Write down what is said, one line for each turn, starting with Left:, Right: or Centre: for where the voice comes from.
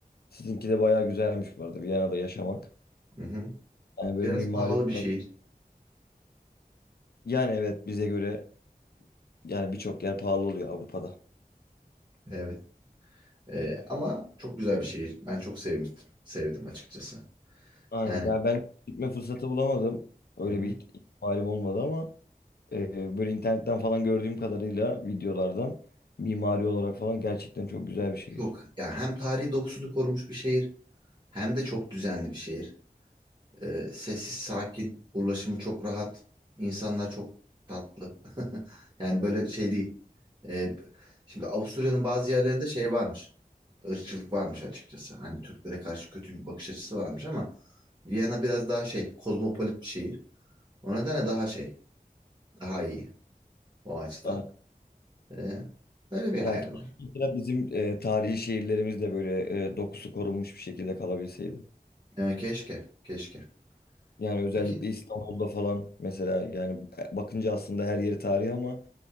Left: Sizinki de bayağı güzelmiş bu arada Viyana'da yaşamak.
Right: Hı hı.
Left: Yani böyle
Right: Biraz
Left: mimari
Right: pahalı bir
Left: olarak.
Right: şehir.
Left: Yani evet bize göre yani birçok yer pahalı oluyor Avrupa'da.
Right: Evet. Ee, ama çok güzel bir şehir. Ben çok sevmiştim. Sevdim açıkçası.
Left: Aynen
Right: Yani
Left: ben, ben gitme fırsatı bulamadım. Öyle
Right: hı hı.
Left: bir ihtimalim olmadı ama e, böyle internetten falan gördüğüm kadarıyla videolardan mimari olarak falan gerçekten çok güzel bir şehir.
Right: Çok. Ya hem tarihi dokusunu korumuş bir şehir hem de çok düzenli bir şehir. Ee, sessiz, sakin, ulaşımı çok rahat, insanlar çok tatlı. <laughs> Yani böyle şey değil. Ee, şimdi Avusturya'nın bazı yerlerinde şey varmış. ırkçılık varmış açıkçası. Hani Türklere karşı kötü bir bakış açısı varmış ama Viyana biraz daha şey, kozmopolit bir şehir. O nedenle daha şey, daha iyi o açıdan.
Left: Aynen.
Right: Ee, öyle bir hayal
Left: Ya keşke
Right: var.
Left: bizim e, tarihi şehirlerimiz de böyle e, dokusu korunmuş bir şekilde kalabilseydi.
Right: Ee, keşke, keşke.
Left: Yani özellikle
Right: Peki.
Left: İstanbul'da falan mesela yani bakınca aslında her yeri tarihi ama